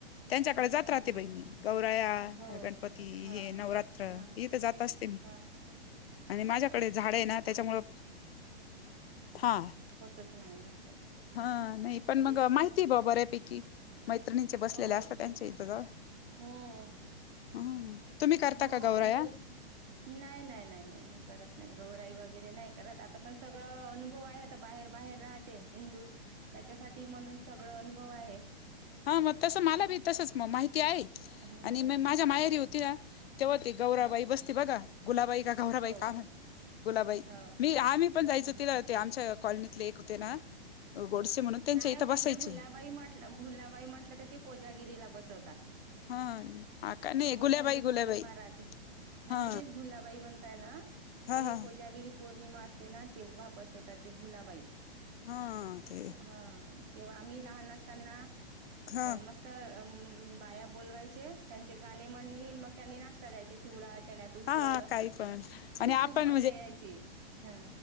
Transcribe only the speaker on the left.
त्यांच्याकडे
जात
राहते
बई मी गौराया
गणपती
हे
नवरात्र,
हे तर जात असते मी.
आणि
माझ्याकडे
झाड आहे ना, त्याच्यामुळं हां.
हा, नाही पण मग
माहिती
भा बऱ्यापैकी मैत्रिणींचे बसलेले
असतं
त्यांच्या
इथं जाऊन
हम्म, तुम्ही करता
का गौराया?
हा म? तसं मला बी तसच माहिती आहे
आणि म माझ्या मायारी
होती ना, तेव्हा ते गौराबाई.
बसते बघा गुलाबाई का गौराई
का गुलाबाई गुलाबाई
मी आम्हीपण
जायचं ते ते आमच्या कॉलनीतले एक होते ना गोडसे म्हणून त्यांच्या
इथं
बसायचे.
हा. हा का नाही
गुलाबाई गुलाबाई
हा
हा
हा
हा. ते
ह
हा काही पण आणि आपण